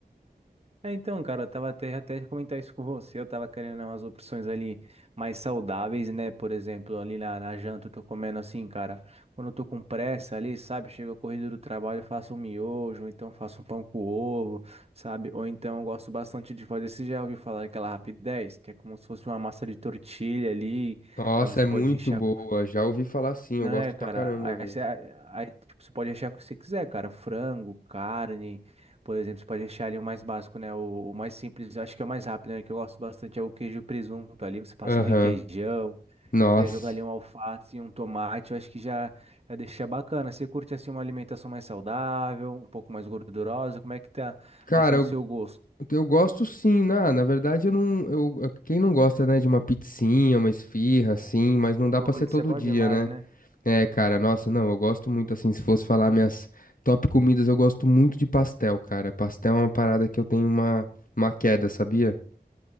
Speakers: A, on the right; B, on the left.
A: É, então, cara, eu tava até, até comentar isso com você, eu tava querendo né, umas opções ali mais saudáveis, né? Por exemplo, ali na, na janta eu tô comendo assim, cara, quando eu tô com pressa ali, sabe? Chega a corrida do trabalho, eu faço um miojo, ou então faço um pão com ovo, sabe? Ou então eu gosto bastante de fazer, você já ouviu falar daquela rapidez, que é como se fosse uma massa de tortilha ali,
B: Nossa,
A: aí você
B: é
A: pode
B: muito
A: rechear
B: boa. Já ouvi falar sim,
A: Não
B: eu gosto
A: é, cara.
B: pra caramba, velho.
A: Aí, você aí, tipo, você pode achar o que você quiser, cara. Frango, carne, por exemplo, você pode achar ali o mais básico, né? O, o mais simples, eu acho que é o mais rápido, né? Que eu gosto bastante é o queijo e presunto ali. Você passa
B: Aham.
A: um requeijão,
B: Nossa.
A: se quiser jogar ali um alface e um tomate, eu acho que já, já deixa bacana. Você curte assim uma alimentação mais saudável, um pouco mais gordurosa? Como é que tá
B: Cara,
A: assim o
B: eu,
A: seu gosto?
B: eu gosto sim, na, na verdade eu não, eu, quem não gosta, né, de uma pizzinha, uma esfirra assim, mas não
A: Putz,
B: dá pra ser todo
A: isso é bom
B: dia,
A: demais,
B: né?
A: né?
B: É, cara, nossa, não, eu gosto muito assim, se fosse falar minhas top comidas, eu gosto muito de pastel, cara. Pastel é uma parada que eu tenho uma uma queda, sabia?